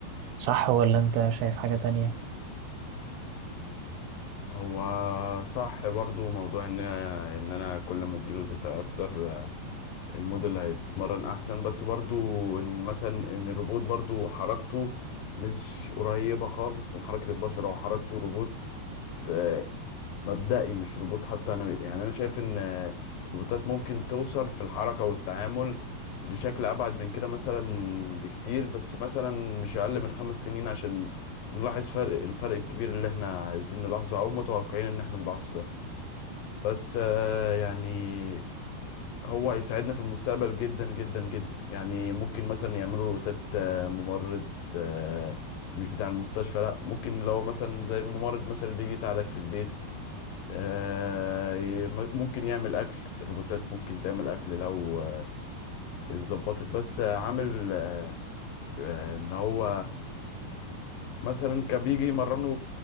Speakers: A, on the right; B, on the left.
A: صح ولا انت شايف حاجة تانية؟
B: هو صح برضو موضوع ان انا ان انا كل ما اديله داتا اكتر الموديل هيتمرن احسن بس برضو ان مثلا ان الروبوت برضو حركته مش قريبة خالص من حركة البشر او حركته روبوت آه، مبدئي مش روبوت حتى انا يعني انا شايف ان آه، الروبوتات ممكن توصل في الحركة والتعامل لشكل ابعد من كده مثلا بكتير بس مثلا مش اقل من خمس سنين عشان نلاحظ فرق الفرق الكبير اللي احنا عايزين نلاحظه او متوقعين ان احنا نلاحظه ده بس آه، يعني هو هيساعدنا في المستقبل جدا جدا جدا يعني ممكن مثلا يعملوا روتات آه، ممرض آه، مش بتاع المستشفى لا ممكن لو مثلا زي الممرض مثلا اللي بيجي يساعدك في البيت آه، ي- م- ممكن يعمل اكل الروبوتات ممكن تعمل اكل لو آه، اتظبطت بس آه، عامل آه، ان هو مثلا كان بيجي يمرنه